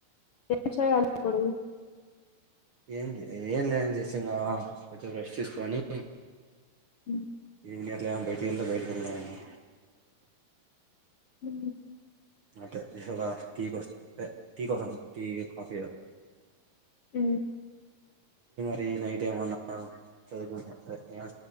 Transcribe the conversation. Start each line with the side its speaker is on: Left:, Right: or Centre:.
Left: ఏం చేయాలి ఇప్పుడు
Right: ఏం లే ఏం లేదండి జస్ట్ ఇలా కొద్దిసేపు రెస్ట్ తీసుకొని
Left: ఉ
Right: ఏం చేయట్లే అని బయటికి వెళ్తే బయటికెళ్తానని
Left: హ
Right: అంటే టీ కోసం టీ కోసం టీ కాఫీ
Left: అ
Right: ఫీ నైట్ ఏమన్నా చదువుకు ఏమ